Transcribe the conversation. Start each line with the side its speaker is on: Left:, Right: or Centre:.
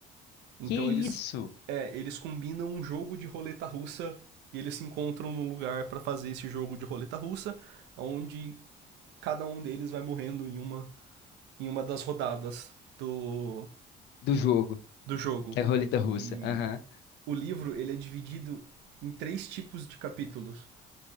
Right: Então
Left: Que isso
Right: eles. É, eles combinam um jogo de roleta russa e eles se encontram num lugar para fazer esse jogo de roleta russa, onde cada um deles vai morrendo em uma, em uma das rodadas do,
Left: do jogo?
Right: do jogo.
Left: É roleta russa.
Right: E
Left: Aham.
Right: o livro ele é dividido em três tipos de capítulos.